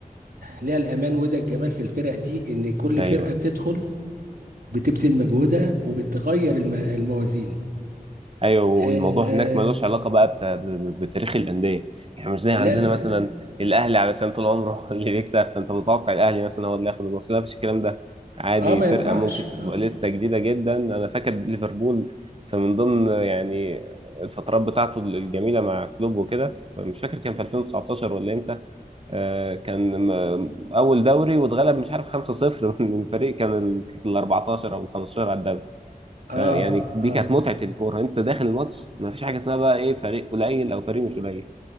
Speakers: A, on the right (about 80°); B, on the right (about 40°).
A: ليها الامان وده الجمال في الفرق دي ان كل
B: ايوه
A: فرقه بتدخل بتبذل مجهودها وبتغير الم- الموازين
B: ايوه والموضوع
A: آه آه،
B: هناك ملوش علاقه بقى بتا... ب... ب- بتاريخ الانديه يعني مش زي عندنا
A: لا لا
B: مثلا
A: لا لا.
B: الاهلي علشان طول عمره <laughs> هو اللي بيكسب فانت متوقع الاهلي مثلا هو اللي ياخد الماتش لا مفيش الكلام ده عادي
A: اه ما
B: فرقه
A: ينفعش
B: ممكن
A: اه
B: تبقى لسه جديده جدا انا فاكر ليفربول فمن ضمن يعني الفترات بتاعته الجميله مع كلوب وكده فمش فاكر كان في 2019 ولا امتى آه كان م- اول دوري واتغلب مش عارف 5-0 <laughs> من فريق كان ال ال 14 او ال 15 على الدوري فيعني
A: اه
B: دي
A: اه
B: كانت متعة الكورة انت داخل الماتش ما فيش حاجة اسمها بقى ايه فريق قليل او فريق مش قليل